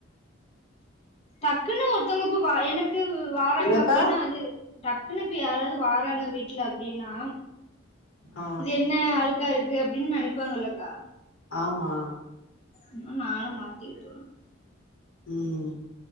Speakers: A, on the left (about 30°); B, on the left (about 80°).
A: டக்குனு ஒருத்தவங்க இப்ப வா எனக் க்கு வாறாங்க
B: என்னக்கா
A: அப்டினா அது டக்குன்னு இப்ப யாராது வாறாங்க வீட்ல அப்டினா
B: ஆ
A: இது என்ன அழுக்கா இருக்கு அப்டின் நெனைப்பாங்க இல்லக்கா
B: ஆமா
A: இன்னு நாலா மாத்தி விட்ருவ
B: உம்